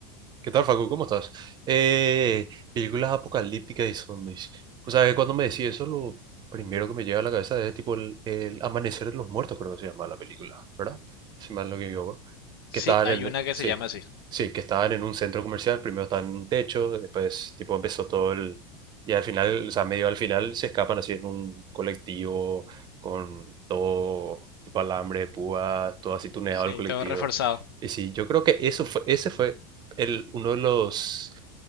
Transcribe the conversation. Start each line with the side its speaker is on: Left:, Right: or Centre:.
Right: ¿Qué tal, Facu? ¿Cómo estás? Eh, películas apocalípticas y zombies. O sea, que cuando me decís eso, lo primero que me llega a la cabeza es tipo el, el Amanecer de los Muertos, creo que se llama la película, ¿verdad? Si mal no me equivoco.
Left: Sí,
Right: Que estaban
Left: hay
Right: en,
Left: una que
Right: sí,
Left: se llama así.
Right: sí, que estaban en un centro comercial, primero estaban en un techo, después tipo empezó todo el, y al final, o sea, medio al final se escapan así en un colectivo con todo tipo alambre de púas, todo así tuneado
Left: Sí,
Right: el colectivo.
Left: todo reforzado.
Right: Y sí, yo creo que eso fue, ese fue el, uno de los,